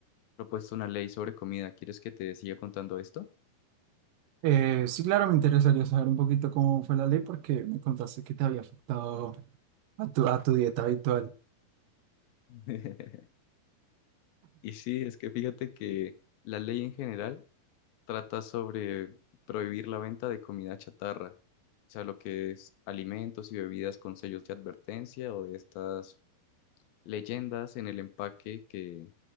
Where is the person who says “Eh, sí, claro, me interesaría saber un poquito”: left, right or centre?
Right